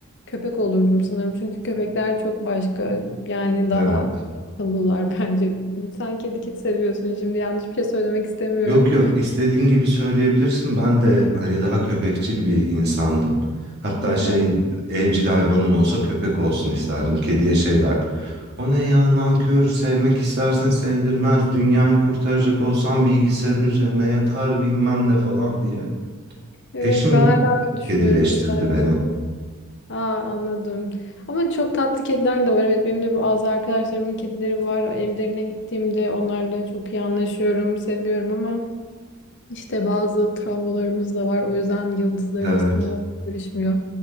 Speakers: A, on the left; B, on the right.
A: köpek olurdum sanırım. Çünkü köpekler çok başka yani daha
B: evet.
A: akıllılar <laughs> bence. Sen kedi kedi seviyorsun şimdi yanlış bir şey söylemek istemiyorum.
B: Yok yok istediğin gibi söyleyebilirsin. Ben de hani daha köpekçil bir insandım. Hatta
A: Aha.
B: şey evcil hayvanım olsa köpek olsun isterdim. Kediye şey der. O ne ya nankör sevmek istersen sevdirmez. Dünyayı kurtaracak olsan bilgisayarın üzerine yatar bilmem ne falan diye.
A: Evet
B: Eşim
A: ben hala öyle düşünüyorum
B: kedileştirdi
A: kedilerle alakalı.
B: beni.
A: Aa, anladım. Ama çok tatlı kediler de var. Evet benim de bazı arkadaşlarımın kedileri var. Evlerine gittiğimde onlarla çok iyi anlaşıyorum, seviyorum ama işte bazı travmalarımız da var. O yüzden yıldızlarımız
B: Evet.
A: tam olarak görüşmüyor.